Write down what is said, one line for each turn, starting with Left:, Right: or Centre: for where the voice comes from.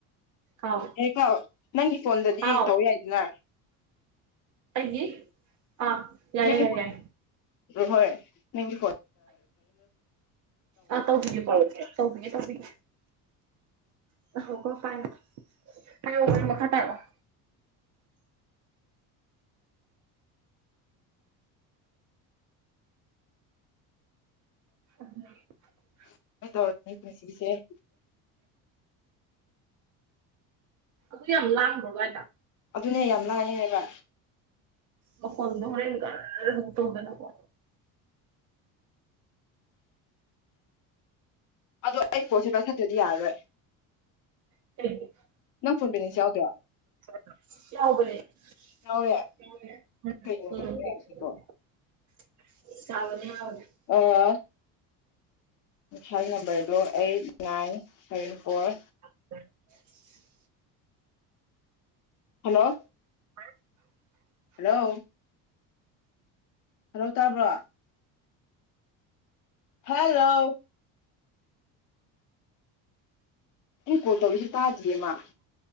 Right: ꯍꯥꯎ
Left: ꯍꯦꯀꯥ ꯅꯪꯒꯤ ꯐꯣꯟꯗꯗꯤ
Right: ꯍꯥꯎ
Left: ꯇꯧ ꯌꯥꯏꯗꯅ
Right: ꯑꯩꯒꯤ ꯑꯥ ꯌꯥꯏꯌꯦ
Left: <unintelligible>
Right: ꯌꯥꯏ ꯌꯥꯏ
Left: ꯅ ꯍꯣꯏ ꯅꯪꯒꯤ ꯀ
Right: ꯑ ꯇꯧꯕꯤꯒꯦ ꯇꯧꯕꯤꯒꯦ ꯇꯧꯕꯤꯒꯦ ꯉꯥꯢꯈꯣꯀꯣ ꯄꯥꯢꯌꯣ <unintelligible> ꯃꯈꯥ ꯇꯥꯔꯛꯑꯣ <unintelligible>
Left: <unintelligible>
Right: ꯑꯗꯨ ꯌꯥꯝ ꯂꯥꯡꯕ꯭ꯔꯣ ꯑꯗꯥꯏꯗ
Left: ꯑꯗꯨꯅꯦ ꯌꯥꯝ ꯂꯥꯡꯉꯦ ꯍꯥꯏꯕ
Right: ꯃꯈꯣꯟꯗꯣ ꯍꯣꯔꯦꯟ ꯒꯔ ꯑꯃꯨꯛ ꯇꯧꯗꯅꯀꯣ
Left: ꯑꯗꯨ ꯑꯩ ꯐꫭꯟꯁꯦ ꯄꯥꯏꯈꯠꯇꯔꯗꯤ ꯌꯥꯔꯥꯔꯣꯏ
Right: <unintelligible>
Left: ꯅꯪ ꯐꯣꯟ ꯕꯦꯂꯦꯟꯁ ꯌꯥꯎꯗ꯭ꯔꯣ
Right: ꯌꯥꯎꯕꯅꯦ ꯂꯩ
Left: ꯌꯥꯎꯋꯦ
Right: ꯎꯝ
Left: ꯀꯩꯒꯤꯅꯣ
Right: <unintelligible>
Left: ꯌꯥꯗ꯭ꯔꯤꯗꯣ
Right: <unintelligible>
Left: ꯑꯣ ꯉꯁꯥꯏ ꯅꯝꯕꯔꯗꯣ eight nine seven four
Right: <unintelligible>
Left: hello
Right: ꯍ <unintelligible>
Left: ꯍꯜꯂꯣ ꯍꯜꯂꯣ ꯇꯥꯕ꯭ꯔꯣ ꯍꯜꯂꯣ ꯃꯤ ꯀꯣꯜ ꯇꯧꯔꯛꯏꯁꯤ ꯇꯥꯗꯤꯌꯦ ꯃꯥ